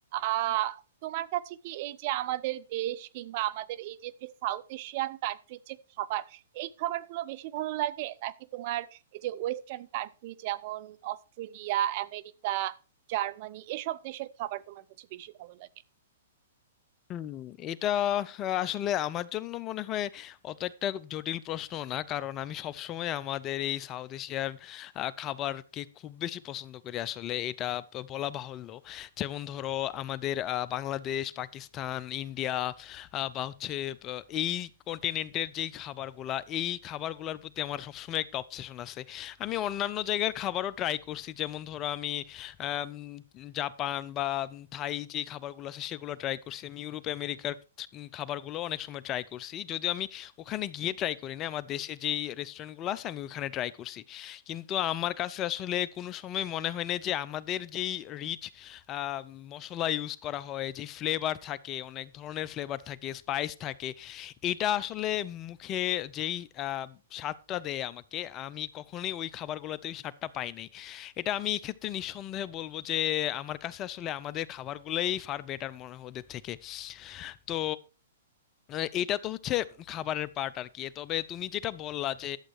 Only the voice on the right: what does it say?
আহ তোমার কাছে কি এই যে আমাদের দেশ কিংবা আমাদের এই যে যে সাউথ এশিয়ান কান্ট্রির যে খাবার এই খাবারগুলো বেশি ভালো লাগে নাকি তোমার এই যে ওয়েস্টার্ন কান্ট্রি যেমন অস্ট্রেলিয়া আমেরিকা জার্মানি এসব দেশের খাবার তোমার হচ্ছে বেশি ভালো লাগে